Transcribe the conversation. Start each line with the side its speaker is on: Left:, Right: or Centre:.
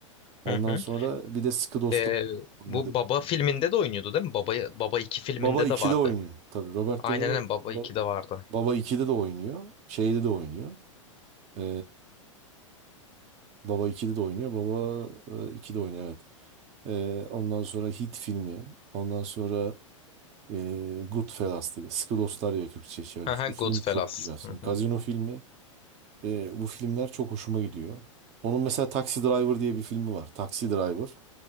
Right: Ondan
Left: Hı hı.
Right: sonra bir de Sıkı Dostlar
Left: Ee,
Right: oynadı.
Left: bu Baba filminde de oynuyordu değil mi? Baba, Baba 2 filminde
Right: Baba 2'de
Left: de vardı.
Right: oynuyor. Tabii Robert
Left: Aynen
Right: De Niro
Left: aynen Baba
Right: ba-
Left: 2'de vardı.
Right: Baba 2'de de oynuyor. Şeyde de oynuyor. Ee, Baba 2'de de oynuyor. Baba e, 2'de oynuyor evet. Ee, ondan sonra Hit filmi. Ondan sonra E, Goodfellas dedi. Sıkı Dostlar diye Türkçe çevirmiş.
Left: Aha,
Right: Bu
Left: Goodfellas.
Right: film çok güzel. Sen
Left: Hı
Right: Gazino
Left: hı.
Right: filmi. e, bu filmler çok hoşuma gidiyor. Onun mesela Taxi Driver diye bir filmi var. Taxi Driver.